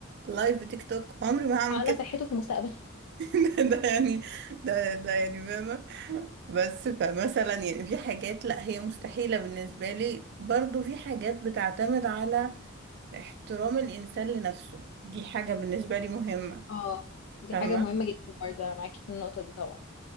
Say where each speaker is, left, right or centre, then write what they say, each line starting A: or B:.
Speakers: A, on the right (about 55°); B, on the left (about 70°).
A: لايف تيك توك عمري ما هعمل
B: على
A: كده
B: صحته في المستقبل
A: <laughs> ده يعني ده ده يعني فاهمة بس فمثلا يعني في حاجات لا هي مستحيلة بالنسبة لي برضو في حاجات بتعتمد على احترام الانسان لنفسه دي حاجة بالنسبة لي مهمة
B: اه دي
A: فاهمة
B: حاجة مهمة جدا برضه أنا معاكي في النقطة دي طبعا